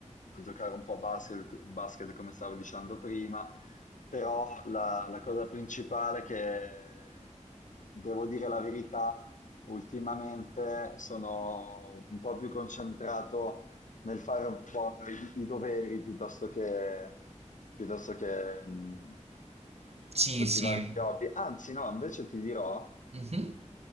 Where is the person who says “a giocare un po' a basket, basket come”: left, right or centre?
Left